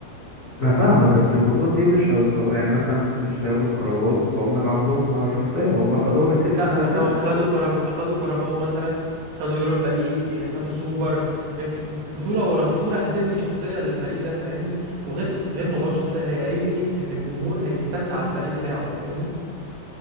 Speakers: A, on the left; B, on the right.
A: انا فاهمك بس البطولات دي مش هيوصلوا يعني مثلا ما تقوليش هياخدوا الكرباو فهم يبقى عندهم شخصيه هم خدوها من السيتي
B: لا
A: السنه اللي
B: ما
A: فاتت
B: لو خدوا
A: تقريبا
B: كرب... خدوا كرباو مثلا خدوا يوروبا ليج خدوا سوبر ف- بطولة ورا بطولة هتبني شخصية للفريق ده فاهمني وغير غير موضوع الشخصية هي- هيبني ان الجمهور هيستنى على الفريق بتاعه فاهمني